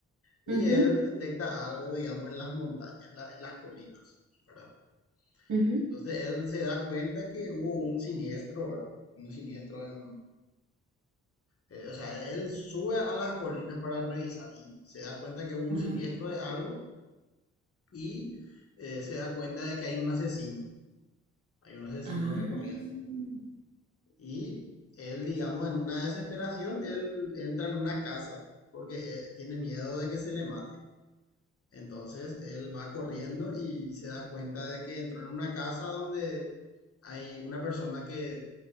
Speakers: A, on the left (about 50°); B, on the right (about 80°).
A: Y
B: Ujú,
A: él detecta algo, digamos, en las montañas, en, la- en las colinas, ¿verdad?
B: ujú,
A: Entonces él se da cuenta que hubo un siniestro, ¿verdad? Un siniestro en... eh, o sea, él sube a las colinas para revisar y se da cuenta que hubo
B: ajá.
A: un siniestro de algo y eh, se da cuenta de que hay un asesino, hay un asesino
B: Ah,
A: recorriendo. Y él, digamos, en una desesperación, él entra en una casa porque eh, tiene miedo de que se le mate. Entonces él va corriendo y se da cuenta de que entró en una casa donde hay una persona que